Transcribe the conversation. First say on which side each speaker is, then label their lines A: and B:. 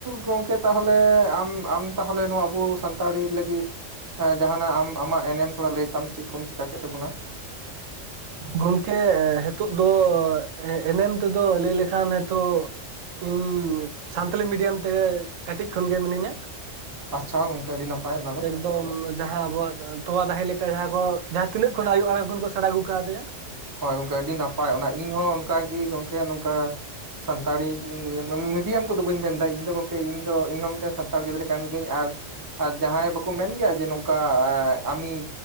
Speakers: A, on the right; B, on the right.
A: ᱜᱚᱢᱠᱮ ᱛᱟᱦᱚᱞᱮ ᱟᱢ ᱟᱢ ᱛᱟᱦᱚᱞᱮ ᱱᱚᱣᱟ ᱟᱵᱚ ᱥᱟᱱᱛᱟᱲᱤ ᱞᱟᱹᱜᱤᱫ ᱡᱟᱸᱦᱟᱱᱟᱜ ᱟᱢ ᱟᱢᱟᱜ ᱮᱱᱮᱢ ᱛᱷᱚᱲᱟ ᱞᱟᱹᱭ ᱛᱟᱢ ᱪᱮᱫ ᱠᱚᱢ ᱪᱤᱠᱟᱹ ᱠᱮᱫ ᱛᱟᱵᱚᱱᱟ᱾
B: ᱜᱚᱝᱠᱮ ᱦᱮᱸᱛᱚᱜ ᱫᱚ ᱮᱱᱮᱢ ᱛᱮᱫᱚ ᱞᱟᱹᱭ ᱞᱮᱠᱷᱟᱱ ᱦᱮᱸᱛᱚᱜ ᱤᱧ ᱥᱟᱱᱛᱟᱞᱤ ᱢᱤᱰᱤᱭᱟᱢ ᱛᱮᱜᱮ ᱠᱟᱹᱴᱤᱡ ᱠᱷᱚᱱ ᱜᱮ ᱢᱤᱱᱟᱹᱧᱟ᱾
A: ᱟᱪᱪᱷᱟ ᱜᱚᱝᱠᱮ ᱟᱹᱰᱤ ᱱᱟᱯᱟᱭ ᱚᱱᱟ ᱫᱚ᱾
B: ᱛᱳ ᱡᱟᱸᱦᱟ ᱟᱵᱚᱣᱟᱜ ᱛᱚᱣᱟ ᱫᱟᱦᱮ ᱞᱮᱠᱟ ᱡᱟᱦᱟᱸ ᱠᱚ ᱡᱟᱦᱟᱸ ᱛᱤᱱᱟᱹᱜ ᱠᱷᱚᱱ ᱟᱭᱳ ᱟᱲᱟᱝ ᱠᱷᱚᱱ ᱠᱚ ᱥᱮᱬᱟ ᱟᱜᱩ ᱠᱟᱣ ᱫᱮᱭᱟ᱾
A: ᱦᱳᱭ ᱜᱚᱝᱠᱮ ᱟᱹᱰᱤ ᱱᱟᱯᱟᱭ, ᱚᱱᱟ ᱤᱧᱦᱚᱸ ᱚᱱᱠᱟᱜᱮ ᱜᱚᱝᱠᱮ ᱱᱚᱝᱠᱟ ᱥᱟᱱᱛᱟᱲᱤ ᱢᱤᱰᱤᱭᱟᱢ ᱠᱚᱫᱚ ᱵᱟᱹᱧ ᱢᱮᱱᱫᱟ ᱤᱧ ᱫᱚ ᱜᱚᱝᱠᱮ ᱤᱧ ᱫᱚ ᱤᱧ ᱦᱚᱸ ᱢᱤᱫᱴᱮᱱ ᱥᱟᱱᱛᱟᱲ ᱜᱤᱫᱽᱨᱟᱹ ᱠᱟᱱ ᱜᱤᱭᱟᱹᱧ ᱟᱨ ᱟᱨ ᱡᱟᱦᱟᱸᱭ ᱵᱟᱠᱚ ᱢᱮᱱ ᱜᱮᱭᱟ ᱡᱮ <unintelligible> ᱚᱱᱠᱟ ᱟ ᱟᱢᱤ